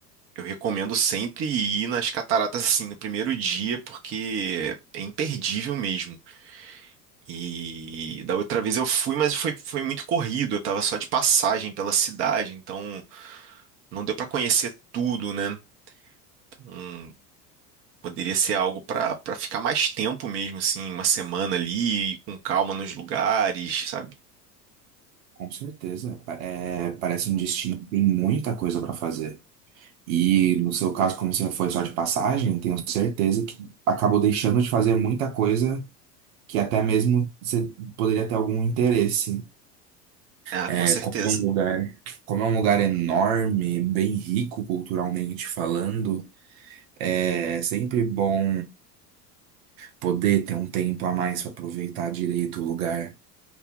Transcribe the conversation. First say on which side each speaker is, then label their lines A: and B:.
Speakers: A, on the right (about 25°); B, on the right (about 55°).
A: eu recomendo sempre ir nas cataratas assim no primeiro dia, porque é imperdível mesmo. E da outra vez eu fui, mas foi, foi muito corrido. Eu tava só de passagem pela cidade, então não deu pra conhecer tudo, né? Então, poderia ser algo pra para ficar mais tempo mesmo, assim, uma semana ali, e com calma nos lugares, sabe?
B: Com certeza. Pa- é, parece um destino que tem muita coisa para fazer. E no seu caso, como você foi só de passagem, tenho certeza que acabou deixando de fazer muita coisa que até mesmo você poderia ter algum interesse.
A: Ah,
B: É,
A: com certeza.
B: como é um lugar, como é um lugar enorme, bem rico culturalmente falando, é sempre bom poder ter um tempo a mais para aproveitar direito o lugar.